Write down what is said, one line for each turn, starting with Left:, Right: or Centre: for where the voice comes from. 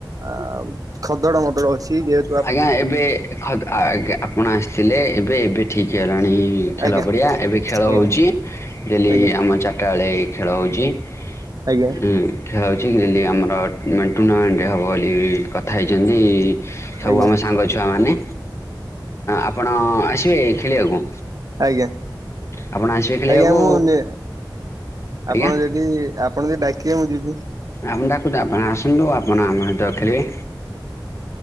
Right: ଆ ଖଦଡ ମଦଡ ଅଛି, ଯେହେ
Left: ଆଜ୍ଞା ଏବେ ଖଦ୍ ଆଜ୍ଞା ଆପଣ ଆସିଥିଲେ ଏବେ ଏବେ ଠିକ ଣି ଖେଳ
Right: ଆଜ୍ଞା
Left: ପଡ଼ିଆ ଏବେ ଖେଳ
Right: ଆଜ୍ଞା
Left: ହେଉଛି। ଡେଲି
Right: ଆଜ୍ଞା
Left: ଆମର ଚାରିଟା ବେଳେ ଖେଳ ହେଉଛି।
Right: ଆଜ୍ଞା
Left: ହୁଁ, ସେ ହ ଟି ଆମର ଟୁର୍ଣ୍ଣାମେଣ୍ଟ ହେବ ବୋଲି କଥା ହେଇଛନ୍ତି। ସବୁ
Right: ଆଜ୍ଞା
Left: ଆମ ସାଙ୍ଗ ଛୁଆମାନେ ଆପଣ ଆସିବେ ଖେଳିବାକୁ।
Right: ଆ
Left: ଆପଣ ଆସିବେ ଖେଳିବାକୁ
Right: ଆଜ୍ଞା ମୁଁ ନେ
Left: ଆଜ୍ଞା
Right: ଆପଣ ଯଦି ଆପଣ ଯଦି ଡାକିବେ ମୁଁ ଯିବି।
Left: ଆମେ ଡାକୁଚୁ ଆପଣ ଆସନ୍ତୁ ଆପଣ ଆମ ସହିତ ଖେଳିବେ।